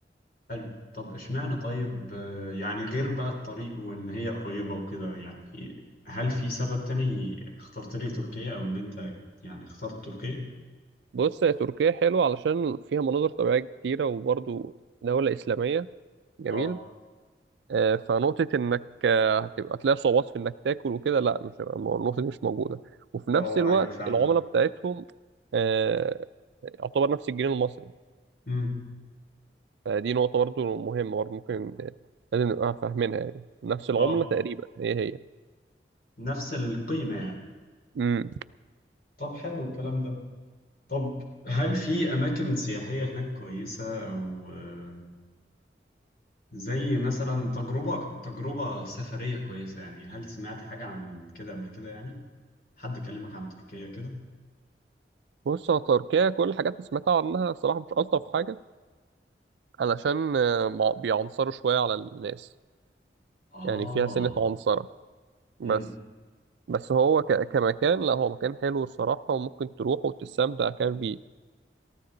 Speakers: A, on the left; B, on the right.
A: حلو طب اشمعنى طيب آه، يعني غير بقى الطريق وان هي قريبة وكده يعني هل في سبب تاني اخترت لي تركيا او ان انت يعني اخترت تركيا
B: بص هي تركيا حلوة علشان فيها مناظر طبيعية كتيرة وبرضه دولة إسلامية جميل
A: اه
B: آه، فنقطة إنك آه، هتبقى تلاقي صعوبات في إنك تاكل وكده لا مش هيبقى المو- النقطة دي مش موجودة وفي نفس
A: اه
B: الوقت
A: ايوه فعلا
B: العملة بتاعتهم آه، يعتبر نفس الجنيه المصري
A: امم
B: فدي نقطة برضو مهمة برضو ممكن آه، لازم نبقى فاهمينها يعني نفس العملة
A: اه
B: تقريبا هي هي
A: نفس القيمة يعني
B: امم
A: طب حلو الكلام ده طب هل في أماكن سياحية هناك كويسة أو آه، زي مثلا تجربة تجربة سفرية كويسة يعني هل سمعت حاجة عن كده قبل كده يعني حد كلمك عن تركيا كده
B: بص يا تركيا كل الحاجات اللي سمعتها عنها الصراحة مش ألطف حاجة علشان آه، مع- بيعنصروا شوية على الناس
A: آه
B: يعني فيها سنة عنصرة بس
A: امم
B: بس هو ك- كمكان لا هو مكان حلو الصراحة وممكن تروح وتستمتع كمان بيه